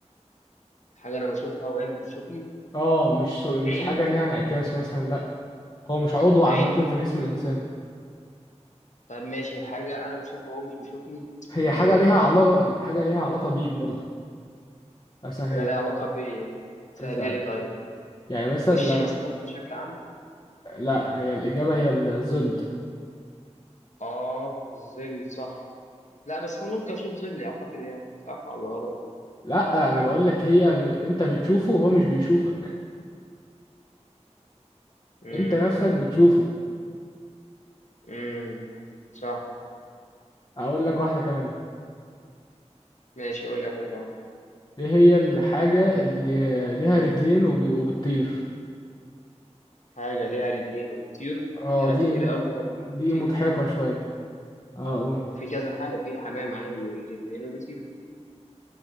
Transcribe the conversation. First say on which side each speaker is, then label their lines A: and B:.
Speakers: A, on the left (about 90°); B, on the left (about 40°).
A: حاجة أنا بشوفها وهي مش بتشوفني
B: اه مش سو... مش
A: عيني
B: حاجه ليها انعكاس مثلا لا هو مش عضو عامه
A: عيني
B: في جسم الانسان
A: طب ماشي حاجة أنا بشوفها وهو مش بيشوفني
B: هي
A: إزاي
B: حاجه ليها علاقه حاجه ليها علاقه بيك برضه اسهلك
A: حاجة ليها علاقة بإيه سهلها
B: كذا
A: لي طيب
B: يعني مثلا
A: وشي
B: لو...
A: مثلا بشكل عام
B: لا هي الاجابه هي الظل
A: آه ظل صح لا بس أنا ممكن أشوف ظلي أعتقد يعني صح ولا غلط
B: لا انا بقول لك هي ب... انت بتشوفه وهو مش بيشوفك
A: امم
B: انت نفسك بتشوفه
A: امم صح
B: اقول لك واحده كمان
A: ماشي قول لي واحدة كمان
B: ايه هي الحاجه اللي ليها رجلين وب... وبتطير
A: حاجة ليها رجلين وبتطير
B: اه
A: في حاجات
B: دي
A: كتير قوي ليها رجلين
B: دي
A: وبتطير
B: مضحكة شوية اه أقول.
A: ما في كذا حاجة في حمام عادي رجلين رجلين وبيطير